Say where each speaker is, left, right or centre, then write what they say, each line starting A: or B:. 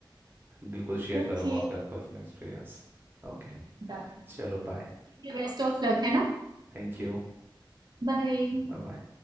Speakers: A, on the right; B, on the right.
A: बिल्कुल शेयर
B: Okay
A: करूंगा आपका पर्सनल एक्सपीरियंस ओके
B: done
A: चलो bye
B: ठीक है बेस्ट ऑफ लक है ना
A: Thank you
B: बाय
A: Bye bye